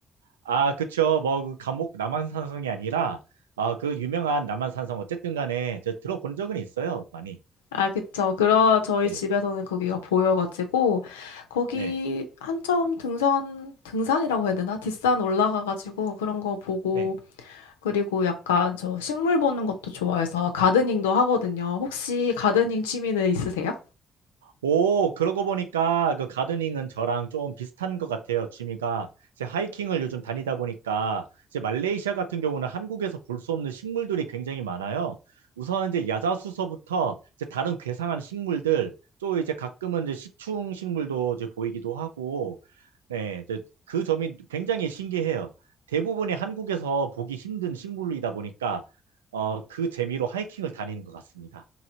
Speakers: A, on the right; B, on the left.
A: 아, 그쵸. 뭐, 그 감옥 남한산성이 아니라, 아, 그 유명한 남한산성, 어쨌든 간에, 저 들어본 적은 있어요, 많이.
B: 아, 그쵸. 그런 저희
A: 네,
B: 집에서는 거기가 보여가지고, 거기
A: 네,
B: 한참 등산, 등산이라고 해야 되나? 뒷산 올라가가지고 그런 거 보고,
A: 네.
B: 그리고 약간 저 식물 보는 것도 좋아해서 가드닝도 하거든요. 혹시 가드닝 취미는 있으세요?
A: 오, 그러고 보니까 그 가드닝은 저랑 좀 비슷한 것 같아요. 취미가 이제 하이킹을 요즘 다니다 보니까 이제 말레이시아 같은 경우는 한국에서 볼 수 없는 식물들이 굉장히 많아요. 우선 이제 야자수서부터 이제 다른 괴상한 식물들 또 이제 가끔은 이제 식충 식물도 이제 보이기도 하고 네, 이제 그 점이 굉장히 신기해요. 대부분이 한국에서 보기 힘든 식물이다 보니까 어, 그 재미로 하이킹을 다니는 것 같습니다.